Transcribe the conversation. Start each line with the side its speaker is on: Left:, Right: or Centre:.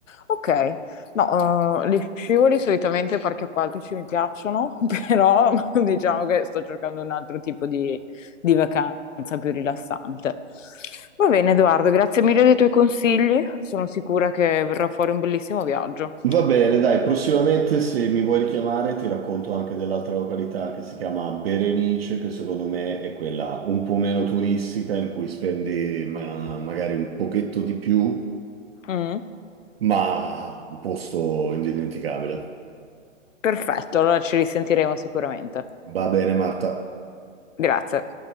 Left: Ok, no, eh, li scivoli solitamente parchi acquatici mi piacciono, <laughs> però diciamo che sto cercando un altro tipo di, di vacanza più rilassante. Va bene, Edoardo, grazie mille dei tuoi consigli, sono sicura che verrà fuori un bellissimo viaggio.
Right: Va bene, dai, prossimamente se mi vuoi richiamare ti racconto anche dell'altra località che si chiama Berenice, che secondo me è quella un po' meno turistica, in cui spendi ma- magari un pochetto di più
Left: Mm.
Right: ma un posto indimenticabile.
Left: Perfetto, allora ci risentiremo sicuramente.
Right: Va bene, Marta.
Left: Grazie.